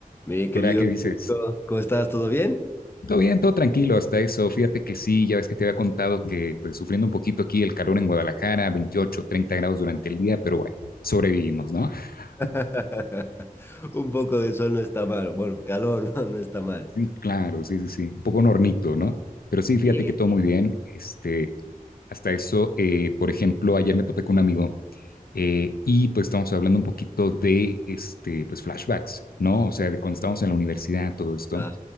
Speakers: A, on the left; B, on the left.
A: Mi
B: Hola,
A: querido,
B: ¿qué dices?
A: Nico, ¿cómo estás? ¿Todo bien?
B: Todo bien, todo tranquilo hasta eso. Fíjate que sí, ya ves que te había contado que pues sufriendo un poquito aquí el calor en Guadalajara, 28, 30 grados durante el día, pero bueno, sobrevivimos, ¿no? <laughs>
A: <laughs> Un poco de sol no está mal. Bueno, calor <laughs> no, no está mal.
B: Sí, claro, sí, sí, sí. Un poco un hornito, ¿no? Pero sí,
A: Sí,
B: fíjate que todo muy bien. Este, hasta eso, eh, por ejemplo, ayer me topé con un amigo eh, y pues estábamos hablando un poquito de, este, pues flashbacks, ¿no? O sea, de cuando estábamos en la universidad, todo esto.
A: Ah,